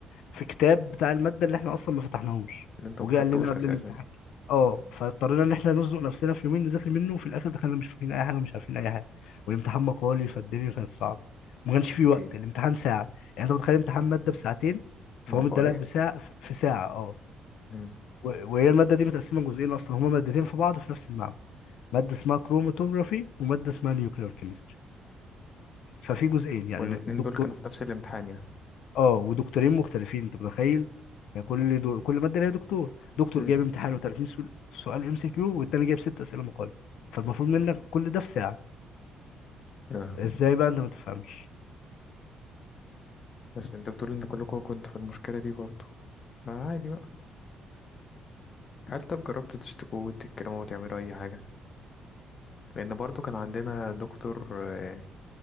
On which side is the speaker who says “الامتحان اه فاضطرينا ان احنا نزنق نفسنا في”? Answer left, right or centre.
Left